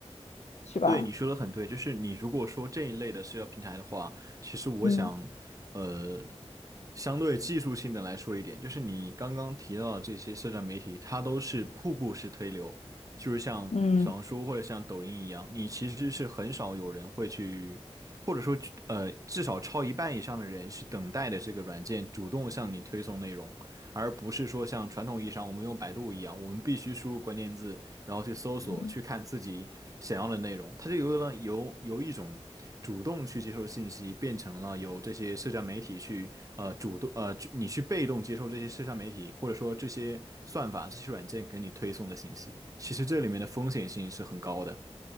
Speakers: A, on the left; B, on the right.
A: 是吧？
B: 对，你说的很对，就是你如果说这一类的社交平台的话，其实我想，
A: 嗯
B: 呃，相对技术性的来说一点，就是你刚刚提到的这些社交媒体，它都是瀑布式推流，就是像小红书或者像抖音一样，
A: 嗯
B: 你其实是很少有人会去，或者说，呃，至少超一半以上的人是等待的这个软件主动向你推送内容。而不是说像传统意义上我们用百度一样，我们必须输入关键字，然后去搜索，
A: 嗯
B: 去看自己想要的内容。它就由了由由一种主动去接受信息，变成了由这些社交媒体去呃主动呃去你去被动接受这些社交媒体或者说这些算法、这些软件给你推送的信息。其实这里面的风险性是很高的。